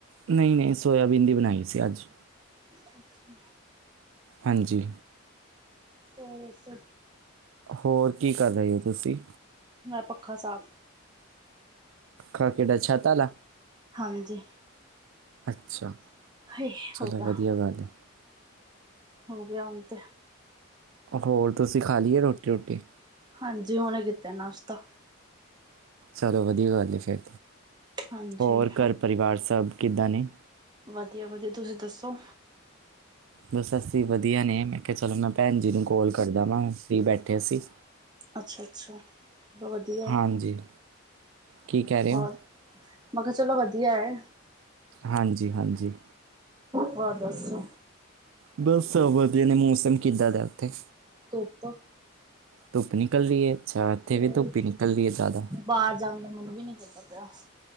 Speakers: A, on the right; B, on the right.
A: ਨਹੀਂ-ਨਹੀਂ ਸੋਇਆਬੀਨ ਦੀ ਬਣਾਈ ਸੀ ਅੱਜ
B: ਅੱਛਾ-ਅੱਛਾ,
A: ਹਾਂਜੀ,
B: ਅੱਛਾ,
A: ਹੋਰ ਕੀ ਕਰ ਰਹੇ ਹੋ ਤੁਸੀਂ?
B: ਮੈਂ ਪੱਖਾ ਸਾਫ਼
A: ਕੱਖੇ ਦਾ ਛਾਪਾ ਲਾ,
B: ਹਾਂਜੀ,
A: ਅੱਛਾ
B: ਇਹ
A: ਚਲੋ
B: ਹੋ ਗਿਆ।
A: ਵਧੀਆ ਗੱਲ ਹੈ
B: ਹੋ ਗਿਆ ਹੁਣ ਤੇ,
A: ਹੋਰ ਤੁਸੀਂ ਖਾ ਲਈਏ ਰੋਟੀ-ਰੁਟੀ?
B: ਹਾਂਜੀ, ਹੁਣੇ ਕੀਤੇ ਨਾਸਤਾ।
A: ਚਲੋ ਵਧੀਆ ਗੱਲ ਹੈ, ਫਿਰ
B: ਹਾਂਜੀ
A: ਹੋਰ ਘਰ ਪਰਿਵਾਰ ਸਭ ਕਿੱਦਾਂ ਨੇ?
B: ਵਧੀਆ-ਵਧੀਆ, ਤੁਸੀਂ ਦੱਸੋ?
A: ਬਸ ਅਸੀਂ ਵਧੀਆ ਨੇ ਮੈਂ ਕਿਹਾ ਚਲੋ, ਮੈਂ ਭੈਣ ਜੀ ਨੂੰ ਕਾਲ ਕਰ ਲਵਾ ਫਰੀ ਬੈਠੇ ਸੀ।
B: ਅੱਛਾ-ਅੱਛਾ ਵਧੀਆ,
A: ਹਾਂਜੀ ਕੀ ਕਹਿ ਰਹੇ
B: ਹੋਰ
A: ਹੋ
B: ਮੈਂ ਕਿਹਾ ਚਲੋ ਵਧੀਆ ਏ,
A: ਹਾਂਜੀ-ਹਾਂਜੀ,
B: ਹੋਰ ਦੱਸੋ?
A: ਬਸ ਵਧੀਆ ਨੇ ਮੌਸਮ ਕਿੱਦਾਂ ਦਾ ਉੱਥੇ
B: ਧੁੱਪ
A: ਧੁੱਪ ਨਿਕਲ ਰਹੀ ਹੈ, ਅੱਛਾ ਇੱਥੇ
B: ਹੋਰ
A: ਵੀ ਧੁੱਪ ਹੀ ਨਿਕਲ ਰਹੀ ਹੈ ਜ਼ਿਆਦਾ
B: ਬਾਹਰ ਜਾਣ ਦਾ ਮਨ ਵੀ ਨੀ ਕਰਦਾ ਪਿਆ।